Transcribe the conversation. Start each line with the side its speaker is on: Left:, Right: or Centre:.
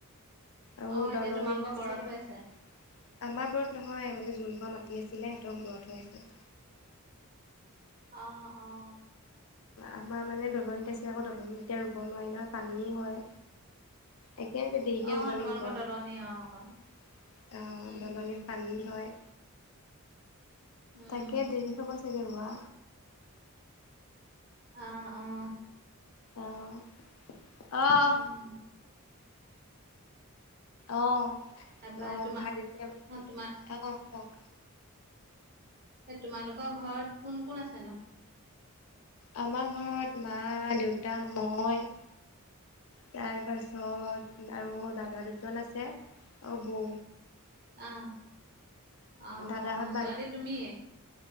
Left: আৰু
Right: অ', এতিয়া
Left: ডলনিত
Right: তোমালোকৰ
Left: আছিলে।
Right: বৰত হৈ
Left: আমাৰ
Right: আছে।
Left: ওপৰত নহয় মানে যোন ঘৰ মাটি আছিলে সিঁ‌হতৰ <unintelligible>
Right: অঁ' অঁ'।
Left: আমাৰ মানে দলনিত আছে আকৌ দলনিত এতিয়া ৰুৱ নোৱাৰি নহয় পানী হয়। একেবাৰে দেৰিকে
Right: অ',
Left: ৰুব লাগিব
Right: তোমালোকৰ
Left: আৰু
Right: দলনি অ' আকৌ।
Left: অঁ'
Right: উম
Left: দলনিত
Right: উম।
Left: পানী- হয়,
Right: উম
Left: তাকে দেৰি হ'ব চাগে ৰুৱা।
Right: অঁ' অঁ'।
Left: অঁ', অঁ'।
Right: উম।
Left: অঁ'
Right: তাৰপৰা তোমাৰ
Left: ভাত এতিয়া
Right: অ' তোমাৰ
Left: অঁ' কওক?
Right: এ তোমালোকৰ ঘৰত কোন কোন আছে নো?
Left: আমাৰ ঘৰত মা, দেউতা, মই তাৰপাছত আৰু দাদা দুজন আছে আৰু বৌ।
Right: অঁ', অঁ'
Left: দাদাহঁত
Right: অঁ' ছোৱালী তুমিয়ে?